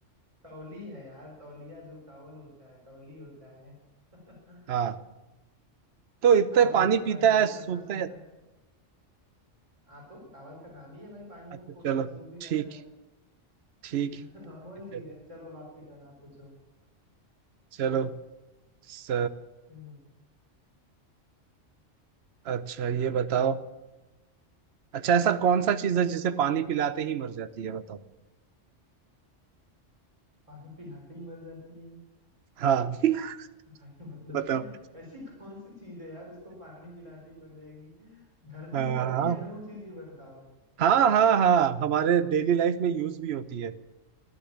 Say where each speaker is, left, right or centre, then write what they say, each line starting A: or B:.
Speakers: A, on the right; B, on the right.
A: तौली है यार तौलिया जो टावल होता है तौली होता है <laughs>
B: हाँ तो इतना
A: टावल
B: पानी
A: जितना
B: पीता
A: पानी
B: है
A: पीता
B: सूखता
A: है उतना सूखता
B: है
A: है हाँ तो टावल का काम ही है भाई पानी
B: अच्छा
A: को पोंछना
B: चलो
A: सूख भी जाता
B: ठीक
A: है
B: ठीक
A: <laughs> नॉर्मल
B: चलो
A: चीज है चलो अब आपकी टर्न आप पूछो
B: चलो स...
A: हम्म
B: अच्छा ये बताओ अच्छा ऐसा कौन सा चीज है जिसे पानी पिलाते ही मर जाती है बताओ
A: पानी पिलाते ही मर जाती है
B: हाँ <laughs>
A: भाई मतलब
B: बताओ
A: ऐसी कौन सी चीज है यार उसको पानी पिलाते ही मर जाएगी धरती
B: हाँ
A: पे रहती
B: हाँ।
A: है ना वो चीज ये बताओ
B: हाँ हाँ हाँ हमारे डेली लाइफ में यूज भी होती है